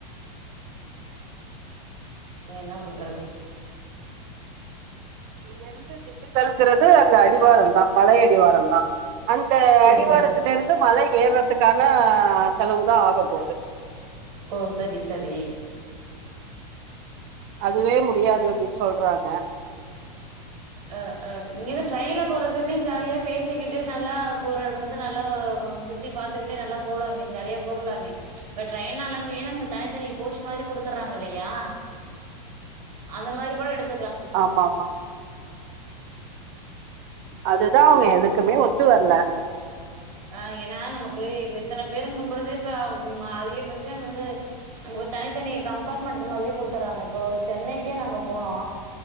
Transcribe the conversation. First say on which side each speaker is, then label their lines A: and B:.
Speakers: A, on the right; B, on the right.
A: <inaudible> என்னா பண்றது
B: இங்க இருந்து திண்டுக்கல்ங்கிறது அங்க அடிவாரந்தா மலை அடிவாரந்தா அந்த
A: செரி
B: அடிவாரத்துல
A: செரி
B: இருந்து மலை ஏற்துக்கான செலவு தா ஆகப்போது
A: ஓ சரி சரி
B: அதுவே முடியாது அப்டின் சொல்றாங்க
A: அ அ இங்க இருந்து ட்ரெயின்ல போறதுமே ஜாலியா பேசிக்கிட்டு நல்லா போராடும்போது நல்லா சுத் த்தி பாத்துக்கிட்டே நல்லா போலாமே ஜாலியா போகலாமே இப்ப ட்ரெயின்னாலமே நமக்கு தனித்தனி கோச் மாரி குடுத்தர்றாங்க இல்லையா அந்த மாரி கூட எடுத்
B: ஆமாம்மா அதுதா அவங்க எதுக்குமே ஒத்து வரல
A: ஆ ஏன்னா நமக்கு இப்ப இத்தன பேருங்கும்பழுதே இப்ப அதிகபட்சம் வந்து நமக்கு தனித்தனி கம்பார்ட்மெண்டட் மாரி குடுத்துறாங்க இப்போ சென்னைக்கே நாங்க போனோ